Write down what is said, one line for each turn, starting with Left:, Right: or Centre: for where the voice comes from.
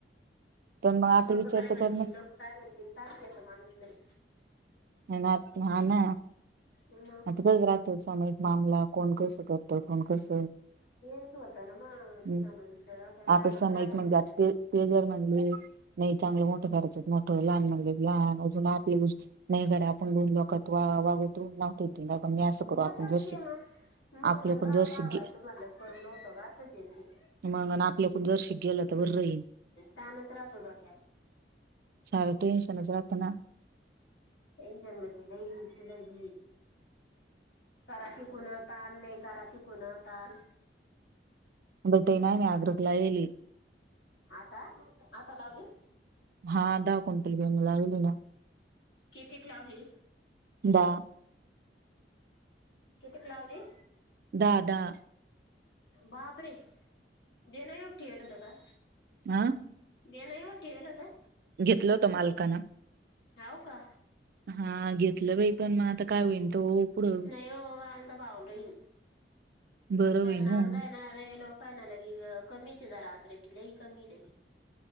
Right: पण मग आता
Left: लोक
Right: विचार
Left: काय म्हणतील
Right: तर कर ना
Left: लोकं काय म्हणतील ताण घेतो माणूस नाही
Right: ना हा ना
Left: मग
Right: आता गच राहतोस माम कोण कस करत कोण कस
Left: हेच होतं ना मग
Right: आहेम्
Left: तिचं मग इथं डोक्याला
Right: आता
Left: ताणच
Right: समय
Left: राहतो
Right: म्हणज
Left: पण
Right: जास्त ते जर म्हणले नाही चांगलं मोठं करायचत मोठं लहान म्हणले लहान अजून आपली नाही घड आपण लन लोकात वा वाग तो नात त मी असं
Left: होतच
Right: करू आपण जरशी
Left: ते मग मग
Right: आपल्याकून
Left: बा
Right: जरशी
Left: पा बा
Right: गे
Left: आहे तुम्हाला करूनव्हतं का असंल की
Right: मग आपल्याकून जरशी गेलं तर बरं राहील
Left: तानत राहतो डोक्याला
Right: शार टेंशन च रात ना
Left: येचन मजले तलग कराची कुणा तल नाही कराची कुणा तल
Right: बटे ना नाही अ्र कलावली
Left: आता आता लावली
Right: हा दहा क्विंटल वेन लागली ना
Left: कितीत लावली
Right: दहा
Left: कितीक लावली
Right: दादा.
Left: बापरे देण उठी गेल त का
Right: हा
Left: देण केल तर
Right: घेतल होत मालकाना
Left: हव का
Right: हा घेतलं बाई पण मग आता काय होईन तो पुढं
Left: नाही ओ बावरही
Right: बरं
Left: करण
Right: होईन
Left: आ
Right: हो
Left: आहे नारे लोक काय नालागी कमीचे जरा आद्र कि लई कमी लई